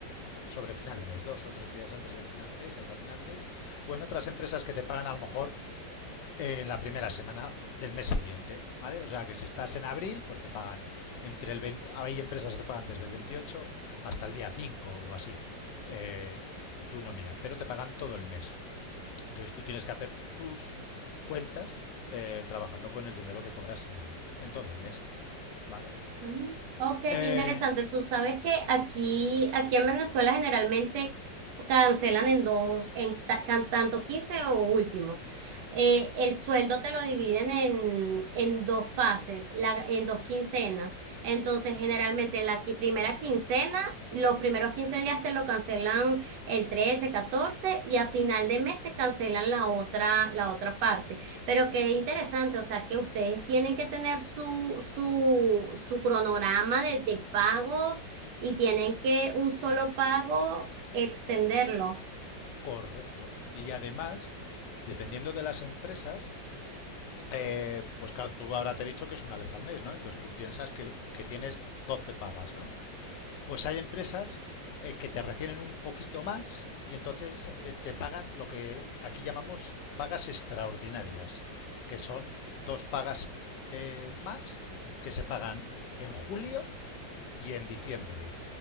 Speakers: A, on the left (about 75°); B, on the right (about 75°).
A: sobre final de mes, dos o tres días antes de final de mes, hasta final de mes, o en otras empresas que te pagan a lo mejor eh, en la primera semana del mes siguiente, ¿vale? O sea que si estás en abril, pues te pagan entre el veinte hay empresas que te pagan desde el 28 hasta el día 5 o así, eh, tu nómina, pero te pagan todo el mes. Entonces tú tienes que hacer tus cuentas eh, trabajando con el dinero que cobras en, en todo el mes, ¿vale?
B: Mm, Ok, qué
A: Eh,
B: interesante. Tú sabes que aquí, aquí en Venezuela generalmente cancelan en dos, en ta- can- tanto 15 o último. Eh, el sueldo te lo dividen en, en dos fases, la- en dos quincenas. Entonces, generalmente la qui- primera quincena, los primeros 15 días te lo cancelan el trece, catorce y a final de mes te cancelan la otra, la otra parte. Pero qué interesante, o sea, que ustedes tienen que tener su, su, su cronograma de, de pagos y tienen que un solo pago extenderlo.
A: correcto. Y además, dependiendo de las empresas, eh, pues claro, tú ahora te he dicho que es una vez al mes, ¿no? Entonces tú piensas que, que tienes 12 pagas, ¿no? Pues hay empresas eh, que te retienen un poquito más y entonces eh, te pagan lo que aquí llamamos pagas extraordinarias, que son dos pagas eh, más que se pagan en julio y en diciembre.